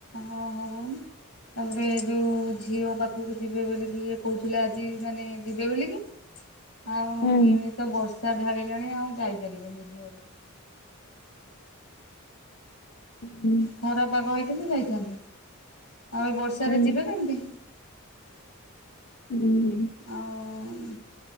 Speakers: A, on the left; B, on the left.
A: ହ ହ <unintelligible> ତାପରେ ଯୋଉ ଝିଅ ପାଖକୁ ଯିବେ ବୋଲିକି ଇଏ କହୁଥିଲେ ଆଜି ମାନେ ଯିବେ ବୋଲିକି। ଆଉ
B: ହୁଁ
A: ଏମିତି ତ ବର୍ଷା ଢାଳିଲାଣି ଆଉ ଯାଇପାରିବେନି ଝିଅ ଘରକୁ।
B: ହୁଁ
A: ଖରାପାଗ ହେଇଥିଲେ ଯାଇଥାନ୍ତେ ଆଉ ଏ ବର୍ଷାରେ
B: ହୁଁ
A: ଯିବେ କେମିତି?
B: ହୁଁ
A: ଆଉ